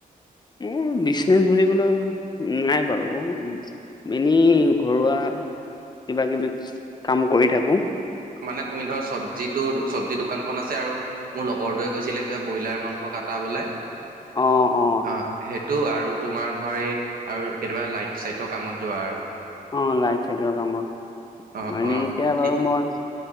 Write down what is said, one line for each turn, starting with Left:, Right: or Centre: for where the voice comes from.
Left: মোৰ বিচনেচ বুলিবলৈ নাই বাৰু এনেই ঘৰুৱা কিবা কিবি কাম কৰি থাকো।
Right: মানে তুমি ধৰ চবজি চব্জি দোকানখনন আছে, আৰু মোৰ লগৰটয়ে কৈছিলে কিবা ব্ৰইলাৰ মাংস কটা বোলে,
Left: অ অ
Right: অঁ, সেইটো আৰু তোমাৰ ধৰ এই আৰু কেতিয়াবা লাইট চাইট কামত যোৱা আৰু
Left: অঁ ', লাইট চাইটৰ কামত
Right: অ
Left: আ
Right: অ
Left: এতিয়া
Right: ঠিক
Left: বাৰু মই